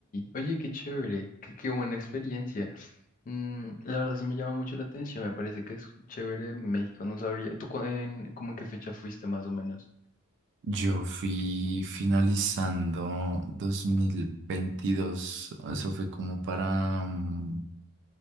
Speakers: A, on the left; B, on the right.
A: oye, qué chévere, qué, qué buena experiencia. Mm, la verdad sí me llama mucho la atención, me parece que es chévere México, no sabría. ¿Tú cu- en, como en qué fecha fuiste más o menos?
B: Yo fui finalizando 2022, eso fue como para, mm,